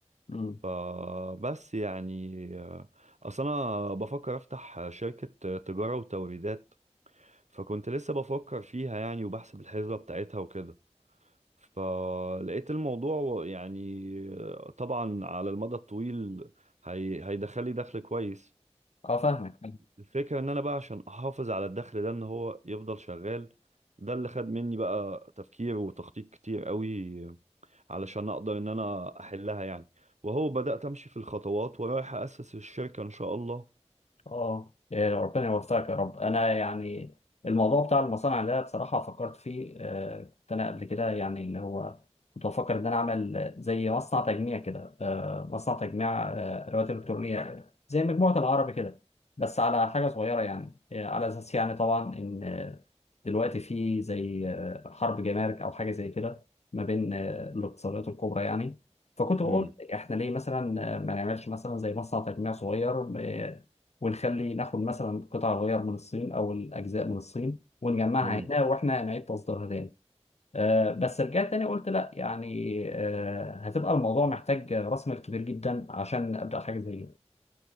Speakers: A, on the left; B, on the right.
A: مم.
B: فبس يعني آه، اصل انا بفكر افتح شركة تجارة وتوريدات فكنت لسه بفكر فيها يعني وبحسب الحسبة بتاعتها وكده فلقيت الموضوع يعني آه، طبعا على المدى الطويل هي... هيدخلي دخل كويس
A: أه فاهمك
B: الفكرة ان انا بقى عشان احافظ على الدخل ده ان هو يفضل شغال ده اللي خد مني بقى تفكير وتخطيط كتير قوي علشان اقدر ان انا احلها يعني وهو بدأت امشي في الخطوات ورايح اسس الشركة ان شاء الله
A: اه إيه، ربنا يوفقك يا رب انا يعني الموضوع بتاع المصانع ده بصراحه فكرت فيه آه، كنت انا قبل كده يعني اللي هو كنت بفكر ان انا اعمل زي مصنع تجميع كده آه، مصنع تجميع آه، ادوات الكترونيه زي مجموعه العربي كده بس على حاجه صغيره يعني آه، على اساس يعني طبعا ان آه، دلوقتي في زي آه، حرب جمارك او حاجه زي كده ما بين آه، الاقتصادات الكبرى يعني فكنت بقول
B: امم
A: احنا ليه مثلا آه، ما نعملش مثلا زي مصنع تجميع صغير آه، ونخلي ناخد مثلا قطع الغيار من الصين او الاجزاء من الصين ونجمعها
B: امم
A: هنا واحنا نعيد تصديرها تاني آه، بس رجعت تاني قلت لا يعني آه، هتبقى الموضوع محتاج راس مال كبير جدا عشان ابدا حاجه زي دي